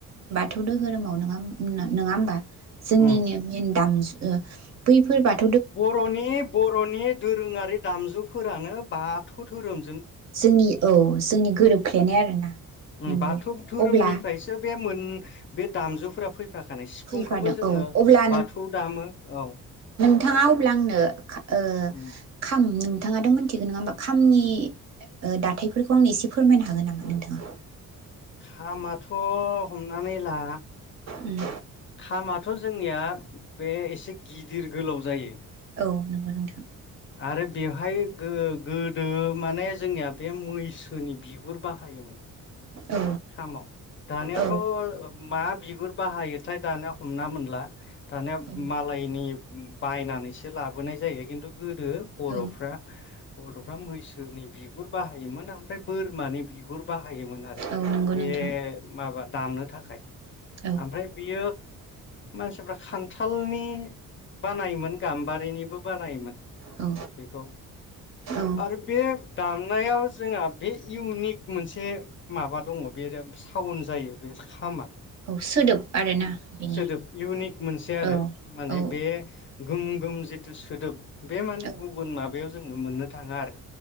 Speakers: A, on the right; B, on the left.
A: थौ दोहोरोमाव नोङा नोङा होमबा? जोंनिनो
B: उम
A: मेन दामजु ओ बैफोर बाथ
B: बर'नि बर'नि दोरोंङारि दामजुफोरानो बाथौ धोरोम
A: जोंनि औ जोंनि गोरोबफ्लेनाय आरोना
B: उम
A: नोंगौ
B: बाथौ धोरोमनिफ्रायसो
A: अब्ला
B: बे मोन बे दामजुफोरा फैफि खाखानाय सिफुंखोबो
A: फैफादों
B: जोङो
A: औ अब्ला
B: बाथौ दामो औ
A: थाङा अब्ला आंनो खा ओ
B: उम
A: खाम नोंथाङाथ' मिनथिगोन नङा होमबा खामनि दाथायफोरखौ ओ आंनो एसे फोरमायनो हागोन नामा नोंथाङा
B: खामाथ' हमनानै ला
A: उम
B: खामाथ' जों निया बे एसे गिदिर गोलाव जायो।
A: औ नोगो नोंथां
B: आरो बेवहाय गो-गोदो माने जोंनिया बे मैसोनि बिगुर बाहायोमोन।
A: औ
B: खामाव दानिाथ'
A: औ
B: ओ मा बिगुर बाहायोथाय दानिया हमना मोनला दानिया
A: औ
B: मालायनि बायनानैसो लाबोनाय जायो किनतु गोदो बर'फ्रा
A: औ
B: बर'फ्रा मैसोनि बिगुर बाहायोमोन आं ओमफ्राय बोरमानि बिगुर बाहा बाहायोमोन आरो
A: औ नंगौ
B: बे
A: नोंथां
B: माबा दामनो थाखाय
A: औ
B: आमफ्राय बियो मानसिफ्रा खान्थालनि बानायोमोन गाम्बारिनिबो बानायोमोन
A: औ
B: बेखौ
A: औ
B: आरो बे दामनायाव जोंहा बे इउनिक मोनसे माबा दङ बेरेब सावन जायो बे खामा
A: औ सोदोब आरोना
B: उम
A: बेनि
B: सोदोब इउनिक मोनसे आरो
A: औ
B: माने
A: औ
B: बे गोम गोम जिथु सोदोब बे माने
A: औ
B: गुबुन माबायाव जोङो मोननो थाङा आरो